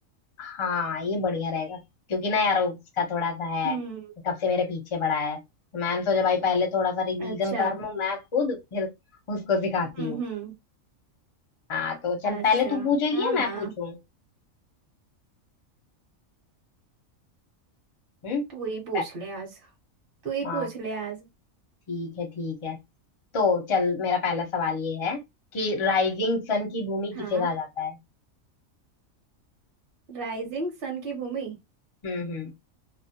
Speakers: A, on the left; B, on the right.
A: हाँ ये बढ़िया रहेगा क्योंकि ना यार वो उसका थोड़ा सा है
B: हम्म
A: कब से मेरे पीछे पड़ा है तो मैंने सोचा भाई पहले थोड़ा सा रिवीजन
B: अच्छा
A: कर लूं मैं खुद फिर उसको सिखाती
B: हम्म
A: हूँ
B: हम्म
A: हाँ तो चल
B: अच्छा
A: पहले तू पूछेगी
B: हाँ
A: या
B: हाँ
A: मैं पूछूं हम्म
B: तू ही पूछ
A: प-
B: ले आज तू ही
A: हाँ
B: पूछ ले आज
A: ठीक है ठीक है तो चल मेरा पहला सवाल ये है कि राइजिंग सन की भूमि
B: हाँ
A: किसे कहा जाता है
B: राइजिंग सन की भूमि
A: हम्म हम्म